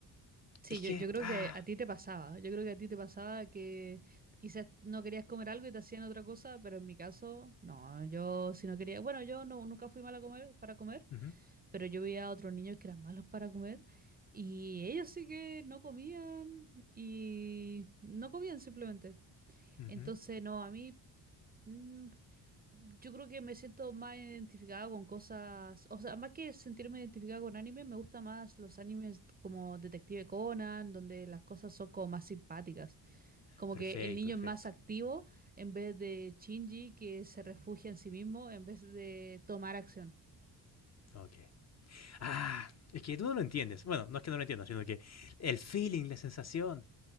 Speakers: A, on the right; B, on the left.
A: Sí,
B: es
A: yo,
B: que...
A: yo creo
B: Ah,
A: que a ti te pasaba. Yo creo que a ti te pasaba que quizás no querías comer algo y te hacían otra cosa, pero en mi caso, no. Yo si no quería, bueno, yo no, nunca fui mala a comer, para comer,
B: uh
A: pero yo veía a otros niños que eran malos para comer y ellos sí que no comían y no comían simplemente.
B: -huh,
A: Entonces, no, a mí Mm, yo creo que me siento más identificada con cosas, o sea, más que sentirme identificada con anime, me gusta más los animes como Detective Conan, donde las cosas son como más simpáticas, como
B: perfecto,
A: que el niño
B: perfecto.
A: es más activo en vez de Shinji que se refugia en sí mismo en vez de tomar acción.
B: Ok. Ah, es que tú no lo entiendes. Bueno, no es que no lo entiendas, sino que el feeling, la sensación,